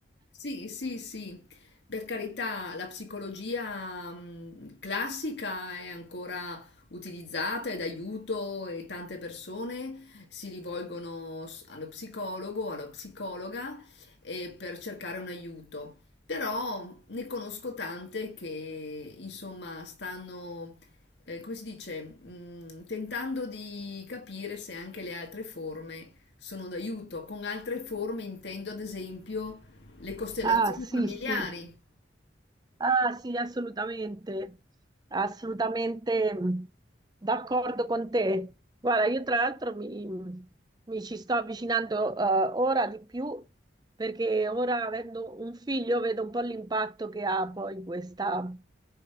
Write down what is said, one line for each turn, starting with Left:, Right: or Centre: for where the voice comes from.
Left: Sì, sì, sì, per carità, la psicologia mh, classica è ancora utilizzata ed aiuto e tante persone si rivolgono s- allo psicologo, alla psicologa eh, per cercare un aiuto. Però ne conosco tante che insomma stanno, eh, come si dice, mh, tentando di capire se anche le altre forme sono d'aiuto. Con altre forme intendo ad esempio le costellazioni
Right: Ah, sì,
Left: familiari?
Right: sì, ah, sì, assolutamente, assolutamente mh, d'accordo con te. Guarda, io tra l'altro mi, mi ci sto avvicinando eh, ora di più perché ora avendo un figlio vedo un po' l'impatto che ha poi questa